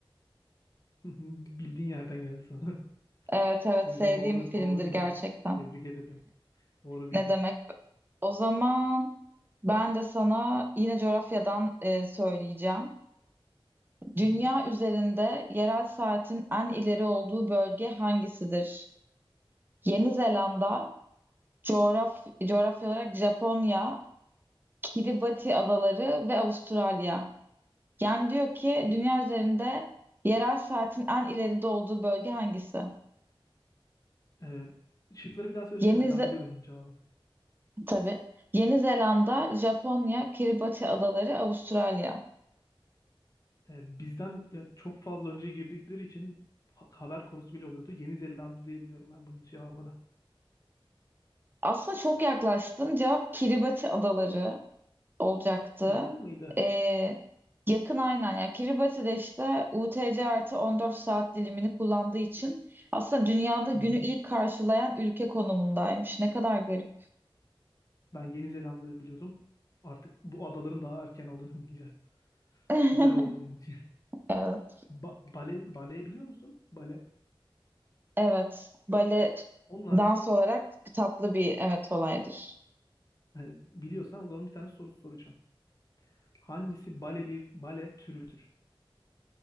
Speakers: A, on the left; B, on the right.
A: <laughs> Bildiğin yerden geldi sanırım.
B: Evet evet
A: O yüzden
B: sevdiğim
A: doğru
B: bir filmdir
A: doğru bildin.
B: gerçekten.
A: Tebrik ederim. Doğru bildin.
B: Ne demek? O zaman ben de sana yine coğrafyadan e, söyleyeceğim. Dünya
A: Hı hı.
B: üzerinde yerel saatin en ileri olduğu bölge hangisidir? Yeni Zelanda, coğraf- coğrafya olarak Japonya, Kiribati adaları ve Avustralya. Yani diyor ki
A: Soru,
B: dünya üzerinde yerel saatin en ileride olduğu bölge hangisi?
A: Ee, şıkları bir daha söylesene.
B: Yeni Ze-
A: Ben biliyordum bunun cevabını.
B: tabii. Yeni Zelanda, Japonya, Kiribati adaları, Avustralya.
A: Ee, bizden e, çok fazla önce girdikleri için ha- haber konusu bile oluyordu. Yeni Zelanda diye biliyorum ben bunun cevabını.
B: Aslında çok yaklaştın. Cevap Kiribati adaları olacaktı.
A: Yakın mıydı?
B: Ee, yakın aynen. Yani Kiribati'de işte UTC artı 14 saat dilimini kullandığı için aslında dünyada günü
A: Hı hı.
B: ilk karşılayan ülke konumundaymış. Ne kadar garip.
A: Ben Yeni Zelanda'yı biliyordum. Artık bu adaların daha erken olduğunu <laughs> bileceğim.
B: <laughs>
A: Güzel oldu benim için.
B: Evet,
A: <laughs> Ba bale, baleyi biliyor musun? Bale.
B: evet. Bale
A: Onunla
B: dans olarak tatlı bir evet olaydır.
A: evet, biliyorsan o zaman bir tane soru soracağım. Hangisi bale bir bale türüdür?